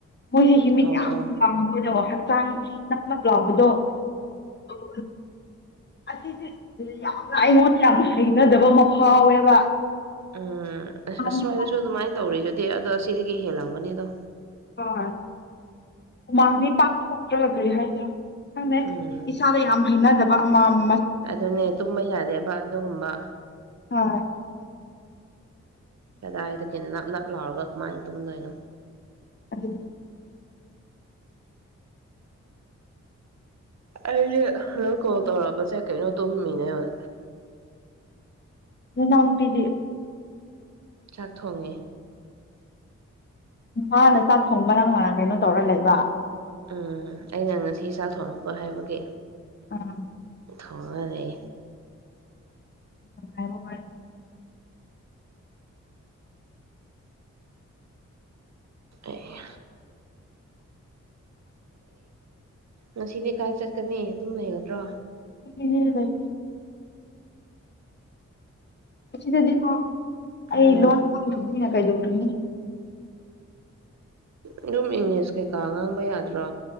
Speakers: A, on the left; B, on the right.
A: ꯃꯣꯏꯁꯦ ꯍꯃꯤꯠ
B: ꯑꯣ
A: ꯌꯥꯝ ꯋꯥꯗ ꯍꯛꯆꯥꯡ ꯅꯛꯅꯞ ꯂꯥꯎꯕꯗꯣ ꯑꯣ ꯑꯁꯤꯁꯦ ꯌꯥꯝꯅ ꯑꯩꯉꯣꯟꯗ ꯌꯥꯝꯅ ꯍꯩꯅꯖꯕ ꯑꯃ ꯐꯥꯎꯋꯦꯕ
B: ꯎꯝ ꯑ
A: ꯍꯣꯏ
B: ꯑꯁ꯭ꯋꯥꯏꯗꯁꯨ ꯑꯗꯨꯃꯥꯏꯅ ꯇꯧꯔꯤ ꯑꯗꯨꯗꯤ ꯑꯗꯣ ꯁꯤꯗꯤ ꯀꯩ ꯍꯦꯜꯂꯝꯒꯅꯤ ꯑꯗꯣ
A: ꯍꯣꯏ ꯍꯨꯃꯥꯡꯗꯤ ꯄꯥꯛꯊꯣꯛꯇ꯭ꯔ ꯀꯔꯤ ꯍꯥꯏꯁꯤꯔꯣ ꯅꯦ
B: ꯎꯝ
A: ꯏꯁꯥꯗ ꯌꯥꯝ ꯍꯩꯅꯗꯕ ꯋꯥꯃ
B: ꯑꯗꯨꯅꯦ ꯇꯨꯝꯕ ꯌꯥꯗꯦꯕ ꯑꯗꯨꯒꯨꯝꯕ
A: ꯑ
B: ꯀꯗꯥꯗ ꯀꯩꯅ ꯅꯄ ꯂꯥꯎꯒ ꯃꯥꯏ ꯇꯨꯝꯗꯣꯏꯩꯅꯣ
A: ꯑꯗꯨꯗ
B: ꯑꯝ ꯑꯩꯁꯦ ꯅꯪ ꯀꯣꯜ ꯇꯧꯔꯛꯑꯕꯁꯦ ꯀꯩꯅꯣ ꯇꯨꯝꯃꯤꯅꯦ ꯍꯧ
A: ꯅꯝ ꯄꯤꯗ
B: ꯆꯥꯛ ꯊꯣꯡꯉꯤ
A: ꯃꯥꯅ ꯆꯥꯛ ꯊꯣꯡꯕ ꯅꯪ ꯀꯩꯅꯣ ꯇꯧꯔ ꯂꯩꯕ
B: ꯎꯝ ꯑꯩꯅ ꯉꯁꯤ ꯆꯥꯛ ꯊꯣꯡꯉꯀꯣ ꯍꯥꯏꯕꯒꯤ
A: ꯑꯥ
B: ꯊꯣꯡꯉ ꯂꯩ
A: ꯉꯕ <unintelligible>
B: ꯑꯩ ꯉꯁꯤꯗꯤ ꯀꯥꯏ ꯆꯠꯀꯅꯤ ꯑꯗꯨꯝ ꯂꯩꯒꯗ꯭ꯔꯣ
A: ꯂꯩ ꯑꯁꯤ ꯁꯤꯗꯗꯤꯀꯣ ꯑꯩ
B: ꯎꯝ
A: ꯂꯣꯟ ꯅ ꯀꯥꯏꯗ ꯎꯒꯅꯤ
B: ꯑꯗꯨꯝ ꯏꯪꯂꯤꯁ ꯀꯩꯀꯥ ꯉꯥꯡꯕ ꯌꯥꯗ꯭ꯔꯣ